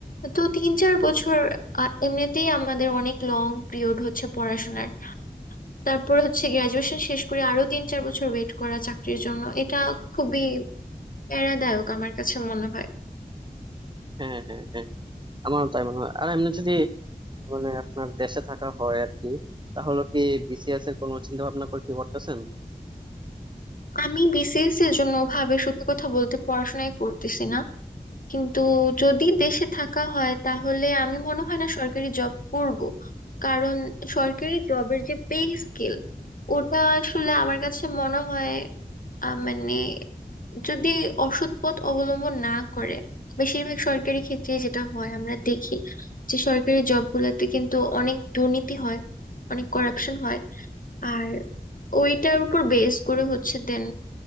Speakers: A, on the left; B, on the right.
A: তো তিন চার বছর আহ, এমনিতেই আমাদের অনেক লং পিরিয়ড হচ্ছে পড়াশোনার তারপর হচ্ছে গ্রাজুয়েশন শেষ করে আরো তিন চার বছর ওয়েট করা চাকরির জন্য এটা খুবই প্যারাদায়ক আমার কাছে মনে হয়
B: হ্যাঁ হ্যাঁ হ্যাঁ হ্যাঁ। আমারও তাই মনে হয় আর এমনি যদি মানে আপনার দেশে থাকা হয় আর কি তাহলে কি বিসিএস এর কোনো চিন্তা ভাবনা করে কি করতেছেন
A: আমি বিসিএস এর জন্য ভাবে সত্যি কথা বলতে পড়াশোনাই করতেছি না কিন্তু যদি দেশে থাকা হয় তাহলে আমি মনে হয় না সরকারি জব করব কারণ সরকারি জবের যে পে স্কেল ওটা আসলে আমার কাছে মনে হয় আহ, মানে যদি অসৎ পথ অবলম্বন না করে বেশিরভাগ সরকারি ক্ষেত্রে যেটা হয় আমরা দেখি যে সরকারি জবগুলোতে কিন্তু অনেক দুর্নীতি হয় অনেক করাপশন হয় আর ওইটার উপর বেস করে হচ্ছে দেন